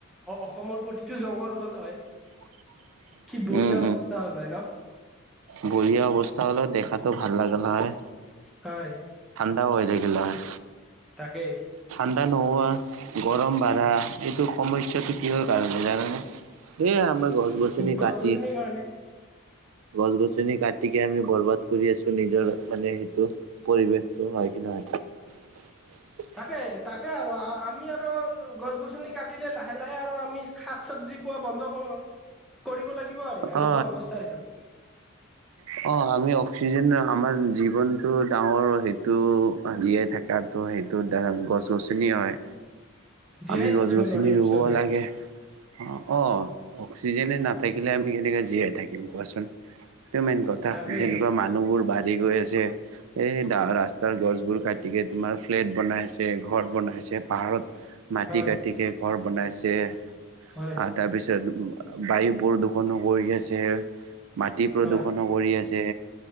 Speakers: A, in the centre; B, on the right.
A: অসমৰ প্ৰতিটো জংঘল হ'ল হয়।
B: <unintelligible>
A: কি বঢ়িয়া
B: উম,
A: অৱস্থা হ'ল হয় ন
B: বঢ়িয়া অৱস্থা হ'লে দেখাটো ভাল লাগালা হয়।
A: হয়।
B: চব হৈ থাকিল হয়।
A: তাকেই।
B: ঠাণ্ডা নোহোৱা, গৰম বাঢ়া, এইটো সমস্যাটো কিহৰ কাৰণে জানানে? এয়া আমাৰ গছ গছনি
A: গছ
B: কাটি
A: গছনিৰ কাৰণে
B: গছ গছনি কাটিকে আমি বৰবাদ কৰি আছোঁ, নিজৰ মানে সেইটো পৰিৱেশ। চ হয় কি নহয়?
A: তাকে তাকে আৰু আমি আৰু গছ গছনি কাটিলে লাহে লাহে আৰু আমি শাক চবজি পোৱা বন্ধ কৰ কৰিবলৈ লাগিব আৰু এনেকুৱা
B: অ
A: অৱস্থা হৈ যাব।
B: <unintelligible> অ' আমি অক্সিজেন আমাৰ জীৱনটো ডাঙৰ সেইটো জীয়াই থাকাতো হয়। এইটোৰ দ্বাৰা গছ গছনি হয়।
A: জীয়াই
B: আমি
A: থাকিব
B: গছ গছনি
A: নোৱাৰিম
B: ৰুব
A: পিছলৈ
B: লাগে অ'। অ' অক্সিজেনে নাথাকিলে আমি কেনেকৈ জীয়াই থাকিম কোৱাচোন? এইটো মেইন কথা
A: তাকে
B: যেনেকুৱা মানুহবোৰ বাঢ়ি গৈ আছে। যে এই দা ৰাস্তাৰ গছবোৰ কাটিকে তোমাৰ ফ্লেট বনাই আছে, ঘৰ বনাই আছে, পাহাৰত মাটি
A: হয়
B: কাটিকে ঘৰ বনাইছে
A: হয়
B: আৰু তাৰপিছত বায়ু প্ৰদূষণো কৰি আছে। তি প্ৰদূষণো
A: হয়
B: কৰি আছে।